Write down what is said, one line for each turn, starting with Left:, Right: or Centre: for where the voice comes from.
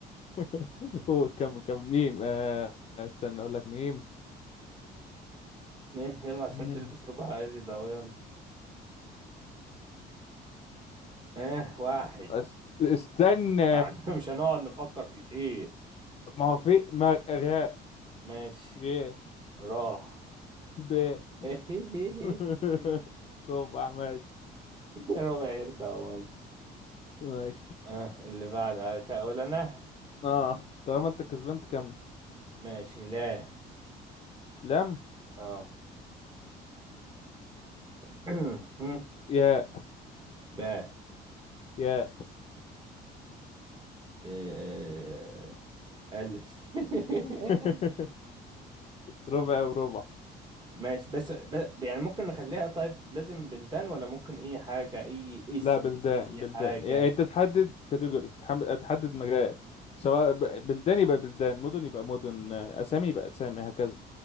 Left: <laughs> <laughs> قول كم كم ميم آه استنى اقول لك ميم
Right: يلا عشان
Left: مين
Right: تلبس ربع عادي ده يلا اه واحد
Left: أس... استنى
Right: معنا <laughs> مش هنقعد نفكر كتير
Left: ما هو في ما غاء
Right: ماشي
Left: غاء
Right: راح
Left: ب
Right: <laughs>
Left: <laughs> ربع ماشي
Right: ربع يرضى أهو، ماشي
Left: ماشي
Right: اه اللي بعد اقول انا
Left: اه طالما انت كسبان تكمل
Right: ماشي لا
Left: لم
Right: اه <clears throat>
Left: يا
Right: باء
Left: يا
Right: آه، الف <laughs>
Left: <laughs> ربع وربع
Right: ماشي بس ب- يعني ممكن نخليها طيب لازم بلدان ولا ممكن اي حاجة اي اسم
Left: لا بلدان
Right: اي
Left: بلدان
Right: حاجة
Left: يعني انت تحدد كاتيجوري تحم- تحدد مجال سواء ب- بلدان يبقى بلدان مدن يبقى مدن آه، اسامي يبقى اسامي هكذا